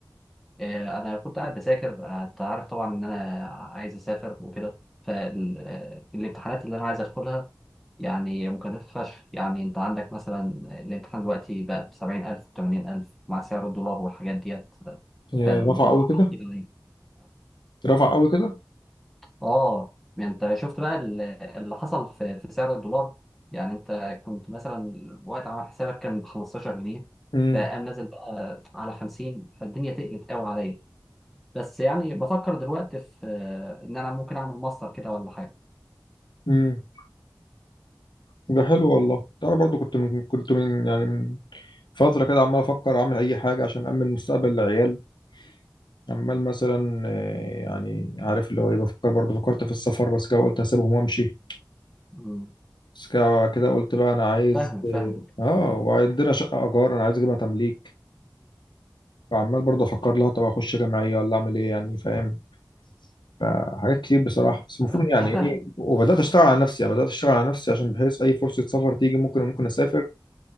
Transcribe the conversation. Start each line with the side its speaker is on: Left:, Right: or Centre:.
Centre: انا أنا كنت قاعد بذاكر آه، انت عارف طبعا ان انا عايز اسافر وكده فالامتحانات اللي انا عايز ادخلها يعني مكلفه فشخ يعني انت عندك مثلا الامتحان دلوقتي بقى ب 70000 80000 مع سعر الدولار والحاجات ديت
Left: يا
Centre: فالموضوع
Left: رفع قوي كده؟
Centre: كتير يعني
Left: رفع قوي كده؟
Centre: اه يعني انت شفت بقى ال- اللي حصل في في سعر الدولار يعني انت كنت مثلا وقت عمل حسابك كان ب 15 جنيه
Left: امم
Centre: فقام نازل بقى على 50 فالدنيا تقلت قوي عليا بس يعني بفكر دلوقتي في آه، ان انا ممكن اعمل ماستر كده ولا حاجه
Left: امم ده حلو والله انا برضو كنت من كنت من يعني من فترة كده عمال افكر اعمل اي حاجة عشان امن مستقبل العيال عمال مثلا آه، يعني عارف اللي هو ايه بفكر برضو فكرت في السفر بس كده قلت هسيبهم وامشي
Centre: امم
Left: بس كده كده قلت بقى انا عايز
Centre: فاهمك
Left: اه
Centre: فاهمك
Left: آه، وعندنا شقة ايجار انا عايز اجيبها تمليك فعمال برضو افكر لها طب اخش جمعية ولا اعمل ايه يعني فاهم فحاجات كتير بصراحة بس المفروض
Centre: انا
Left: يعني ايه
Centre: فاهمك
Left: وبدأت اشتغل على نفسي يعني بدأت اشتغل على نفسي عشان بحيث اي فرصة سفر تيجي ممكن ممكن اسافر